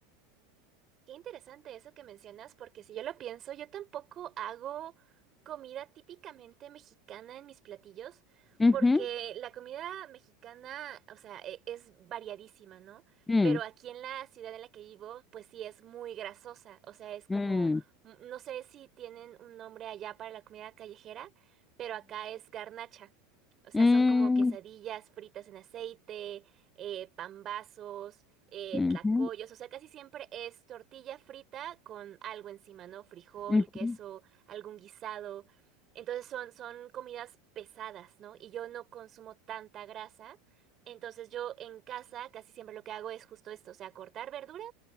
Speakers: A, on the right (about 40°); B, on the left (about 15°).
A: Qué interesante eso que mencionas, porque si yo lo pienso, yo tampoco hago comida típicamente mexicana en mis platillos,
B: Ujú,
A: porque la comida mexicana, o sea, e- es variadísima, ¿no?
B: mm,
A: Pero aquí en la ciudad en la que vivo, pues sí es muy grasosa, o sea, es como,
B: mm,
A: mm, no sé si tienen un nombre allá para la comida callejera, pero acá es garnacha. O sea,
B: mm,
A: son como quesadillas fritas en aceite, eh, pambazos eh,
B: mm,
A: tlacoyos,
B: ujú,
A: o sea, casi siempre es tortilla frita con algo encima, ¿no? Frijol,
B: ujú,
A: queso, algún guisado. Entonces son, son comidas pesadas, ¿no? Y yo no consumo tanta grasa. Entonces yo en casa casi siempre lo que hago es justo esto, o sea, cortar verduras,